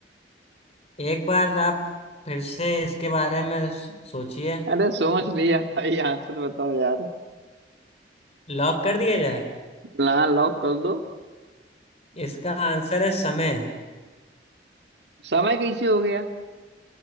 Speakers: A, on the left; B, on the right.
A: एक बार आप फिर से इसके बारे में सो- सोचिए
B: अरे सोच लिया भाई आंसर बताओ यार
A: लॉक कर दिया जाए
B: हाँ लॉक कर दो
A: इसका आंसर है समय
B: समय कैसे हो गया